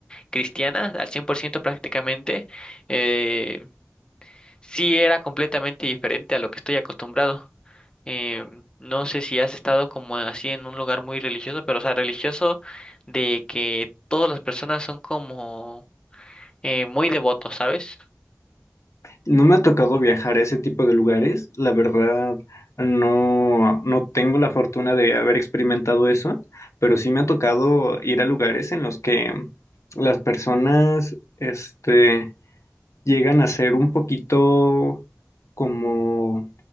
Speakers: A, on the left (about 15°); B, on the left (about 75°).
A: cristiana al 100% prácticamente eh, Sí, era completamente diferente a lo que estoy acostumbrado. Em, no sé si has estado como así en un lugar muy religioso, pero o sea, religioso de que todas las personas son como eh, muy devotos, ¿sabes?
B: No me ha tocado viajar a ese tipo de lugares, la verdad no, no tengo la fortuna de haber experimentado eso, pero sí me ha tocado ir a lugares en los que las personas, este, llegan a ser un poquito como